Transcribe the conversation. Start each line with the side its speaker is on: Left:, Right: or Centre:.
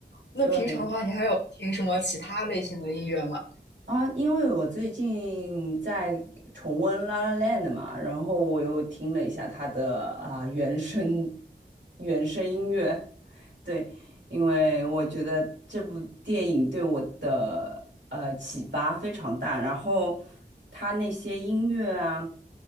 Left: 那平常的话，
Right: 对，
Left: 你还有听什么其他类型的音乐吗？
Right: 啊，因为我最近在重温《La La Land》嘛，然后我又听了一下它的啊、原声原声音乐，对，因为我觉得这部电影对我的呃启发非常大，然后它那些音乐啊，